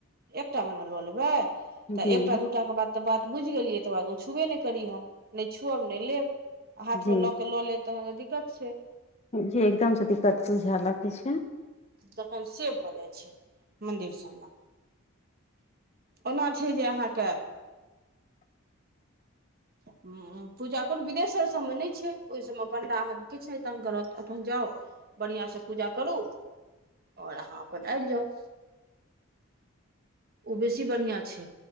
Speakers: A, on the right; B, on the left.
A: एकटा मै न लऽ लेबै तऽ
B: जी
A: एकटा दूटाके बाद तऽ बात बुझि गेलियै तकर बाद ओ छुबे नहि करी अहाँ नहि छुअब नहि लेब आ हाथमे
B: जी
A: लऽ केऽ लऽ लेब तखन तऽ दिक्कत छै
B: जी एकदमसे दिक्कत बुझै लागै छै
A: तखन से भऽ जाइ छै मन्दिर सब मे ओना छै जे अहाँके हूँ पूजा करू विदेश्वर सभमे नहि छै ओहि सभमे पण्डा अहाँके किछ नहि तंग करत अपन जाउ बढ़ियाॅंसे पूजा करू ओर अहाँ अपन आबि जाउ ओ बेसी बढ़ियाॅं छै